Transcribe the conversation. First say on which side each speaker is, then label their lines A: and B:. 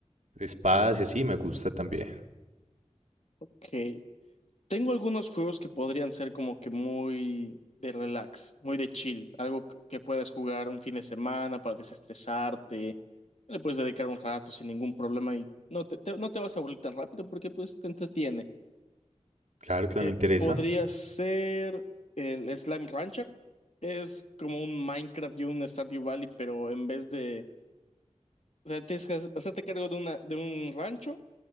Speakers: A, on the right; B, on the left.
A: espadas y así me gusta también.
B: Que tengo algunos juegos que podrían ser como que muy de relax, muy de chill, algo que que puedas jugar un fin de semana para desestresarte. Le puedes dedicar un rato sin ningún problema y no te, te- no te vas a aburrir tan rápido porque pues te entretiene.
A: Claro que
B: Eh,
A: me interesa.
B: podría ser el Slime Rancher. Es como un Minecraft y un Stardew Valley, pero en vez de... O sea, tienes que hacerte cargo de una, de un rancho,